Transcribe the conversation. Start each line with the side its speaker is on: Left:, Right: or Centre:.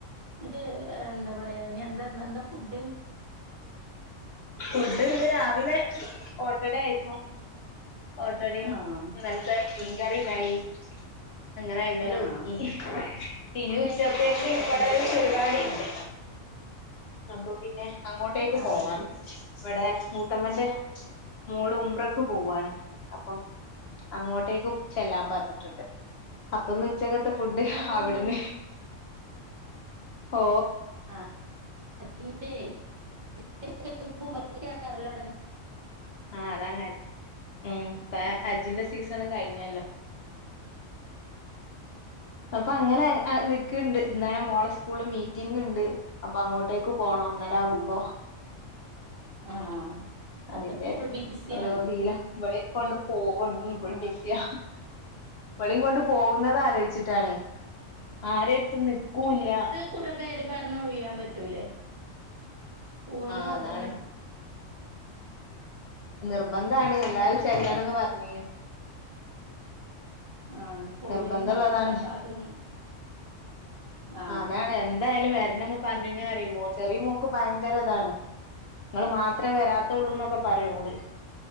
Right: എന്നിട്ട് എന്താ പറയാ ഇന്ന് എന്താ എന്താ ഫുഡ്
Left: ഫുഡ് ഇന്ന് രാവിലെ ഓട്ടഡ ആയിരുന്നു ഓട്ടടയും
Right: ആഹ്
Left: ഇന്നലത്ത മീൻകറിണ്ടായി അങ്ങനെ അയിമേൽ
Right: ആഹ്
Left: ഒതുക്കി ഇനി ഉച്ചത്തേക്ക്
Right: തേങ്ങാപ്പാല് കൂട്ടൂലേ
Left: ഇങ്ങടെ ഒരു പരിപാടി ഉണ്ട് അപ്പൊ പിന്നെ അങ്ങോട്ടേക്ക്
Right: ആഹ്
Left: പോകണം
Right: ശരി
Left: ഇവിടെ മൂത്തമ്മന്റെ മോള് ഉുമ്പ്രക്ക് പോവാണ് അപ്പൊ അങ്ങോട്ടേക്ക് ചെല്ലാൻ പറഞ്ഞിട്ടുണ്ട് അപ്പൊ ഇന്ന് ഉച്ചക്കത്തെ ഫുഡ്
Right: ഇനിയിപ്പോ
Left: അവിടന്ന്
Right: ഉംറ
Left: ഓ
Right: <unintelligible>
Left: ആഹ് അതാണ് ഹജ ഉം പ്പ
Right: ഉം
Left: ഹജിന്റെ സീസൺ കഴിഞ്ഞല്ലോ അപ്പൊ അങ്ങനെ നിക്കണ്ട് ഇന്നണെ മോളെ സ്കൂള് മീ റ്റിങ്ങ് ഉണ്ട് അപ്പൊ അങ്ങോട്ടേക്ക് പോണം അന്നേര ആകുമ്പോ
Right: ഉം ആഹ്
Left: അതിന്റെ
Right: അപ്പൊ ഫുൾ ബിസിയാണ്
Left: ഓരോ ഇതില് ഇവരെക്കൊണ്ട് പോകുന്നു ഇപ്പോ
Right: ആഹ്
Left: ബ സിയ ഇവള കൊണ്ട് പോകുന്നത് ആലോചിച്ചിട്ടാണ് ആരെടുത്തും നിക്കൂല്ല
Right: കുട്ടി പേര് പറഞ്ഞ ഒഴിയാൻ പറ്റൂലേ പോവല്
Left: ആഹ്
Right: നിർബന്ധ
Left: അതാണ് നിർബന്ധാണ് എല്ലാരും
Right: നിർബന്ധള്ള
Left: ചെല്ലണംന്ന് പറഞ്ഞ
Right: ആഹ് പോയില്ലെങ്കി
Left: നിർബന്ധള്ളതാണ്
Right: മക്കക്കെ അപ്പൊ അതും ആഹ്
Left: അതാണ്
Right: ആഹ്
Left: എന്തായാലും വരണന്ന് പറഞ്ഞ അറിയ ചെറിയ മോക്ക് ഭയങ്കര ഇതാണ് നിങ്ങള് മാത്രമേ വരാത്തുള്ളൂ എന്നൊക്കെ പറയൂ ഓള്